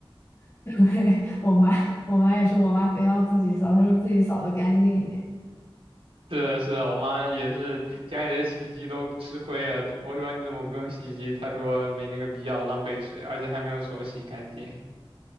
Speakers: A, on the left (about 30°); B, on the right (about 80°).
A: <laughs> 对，我妈，我妈也是，我妈非要自己扫，她说自己扫的干净一点。
B: 是的是的我妈也是，家里的洗衣机都吃灰了。我说你怎么不用洗衣机？她说没那个必要，浪费水，而且还没有手洗干净。